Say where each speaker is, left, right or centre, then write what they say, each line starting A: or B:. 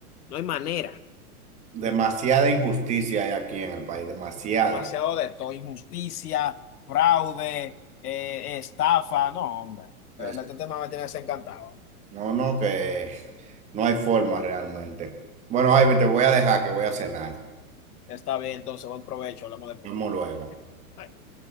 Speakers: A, on the left; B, on the right.
A: No hay manera.
B: Demasiada injusticia hay aquí en el país, demasiada.
A: Demasiado de todo. Injusticia, fraude, eh, estafa. No, hombre. De
B: Es-
A: verdad, Este tema me tiene desencantado.
B: No, no, que no hay forma realmente. Bueno, Ivy, te voy a dejar que voy a cenar. Nos
A: Está bien, entonces, buen provecho. Hablamos después.
B: vemos luego.
A: Bye.